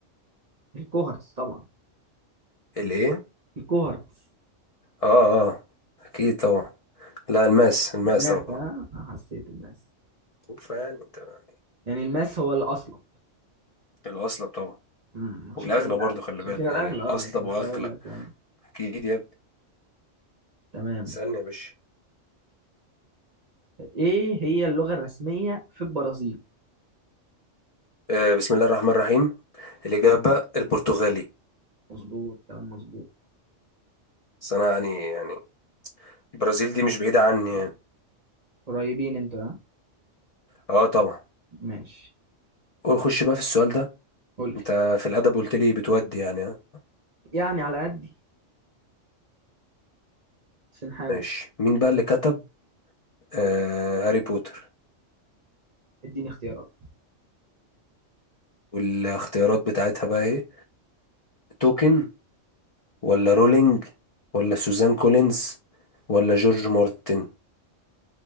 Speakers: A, on the right; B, on the left.
A: الكوهرتز طبعا
B: الايه
A: الكوهرتز
B: اه اه اكيد طبعا لا الماس الماس
A: ماس
B: طبعا
A: اه حسيت الماس
B: فيعني انت يعني
A: يعني الماس هو الاصل
B: الأصلب طبعا
A: امم عشان
B: والأغلى
A: كده
B: برضو خلي
A: عشان
B: بالك
A: كده
B: يعني
A: الاغلى اه
B: أصلب
A: كنت
B: وأغلى
A: هقول لك آه.
B: أكيد يا ابني
A: تمام
B: سألني يا باشا
A: ايه هي اللغه الرسميه في البرازيل
B: آه، بسم الله الرحمن الرحيم الإجابة البرتغالي
A: مظبوط كلام مظبوط
B: بس أنا يعني يعني البرازيل دي مش بعيدة عني يعني
A: قريبين انتوا ها
B: أه طبعا
A: ماشي
B: خش بقى في السؤال ده
A: قول
B: أنت
A: لي
B: في الأدب قلت لي بتودي يعني آه،
A: يعني على قدي بس نحاول
B: ماشي مين بقى اللي كتب آه هاري بوتر
A: اديني اختيارات
B: والاختيارات بتاعتها بقى إيه توكن ولا رولينج ولا سوزان كولينز ولا جورج مارتن